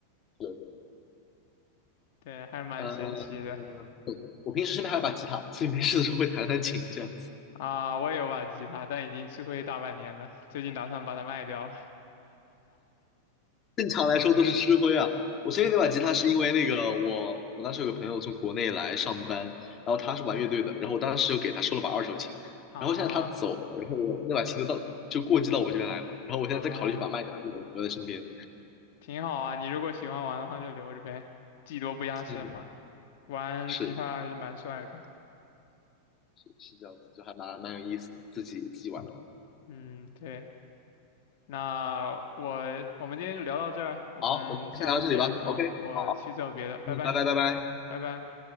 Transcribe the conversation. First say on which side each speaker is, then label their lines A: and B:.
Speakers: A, on the left; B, on the left.
A: 是，
B: 对，还是蛮神奇的
A: 呃，我平时身边还有把吉他，所以没事的时候会弹弹琴这样子。
B: 啊。我也有把吉他，但已经吃灰大半年了，最近打算把它卖掉了。
A: 正常来说都是吃灰啊。我先给那把吉他是因为那个我我当时有个朋友从国内来上班，然后他是玩乐队的，然后我当时就给他收了把二手琴，
B: <laughs> 啊
A: 然后现在他走了，然后我那把琴就到就过继到我这边来了，然后我现在在考虑去把它卖掉，
B: 啊，
A: 就留留在身边。
B: 挺好啊，你如果喜欢玩的话就留着呗，技多不压身嘛，
A: 嗯，
B: 玩吉他还是蛮帅的。
A: 是是是这样子，就还蛮蛮有意思的，自己自己玩的话。
B: 嗯，对。那我我们今天就聊到这儿，我们下次接着聊，
A: 好，我们先聊到这里吧。OK，
B: 我去做别的，
A: 好，
B: 拜拜，
A: 嗯，拜拜拜拜。
B: 拜拜。